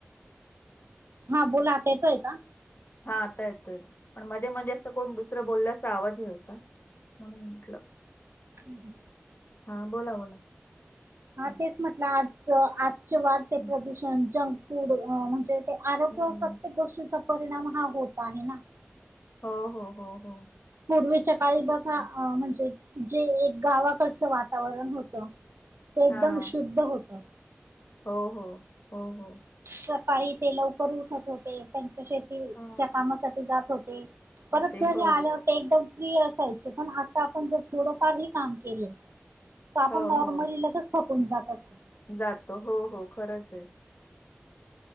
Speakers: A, on the right (about 70°); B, on the left (about 45°).
A: हा बोला. आता येतोय का?
B: हा आता येतोय. पण मध्ये मध्ये असं कोण दुसरं बोलल्याचा आवाज <unintelligible> म्हणून म्हटलं.
A: हम्.
B: हा. बोला, बोला. हम्म
A: हा तेच म्हटलं आजच आजचे वाढते
B: हम्म
A: प्रदूषण, जंक फूड म्हणजे ते आरोग्य
B: हम्म.
A: प्रत्येक गोष्टीचा परिणाम हा होत आहे ना.
B: हो, हो. हो, हो.
A: पूर्वीच्या काळी बघा
B: हम्म.
A: म्हणजे जे एक गावाकडचं वातावरण होतं. ते एकदम
B: हा
A: शुद्ध होत.
B: हो, हो. हो, हो.
A: सकाळी ते लवकर उठत होते. त्यांच्या शेतीच्या
B: हम्म.
A: कामासाठी जात होते. परत
B: तर ते
A: घरी
B: हो
A: आल्यावर ते एकदम फ्री असायचे. पण आ आपण जर थोडंफार हे काम केलं तर आपण
B: हो
A: नॉर्मली
B: हो
A: लगे थंकून जात असती.
B: जातो. हो, हो. खरंच हाय.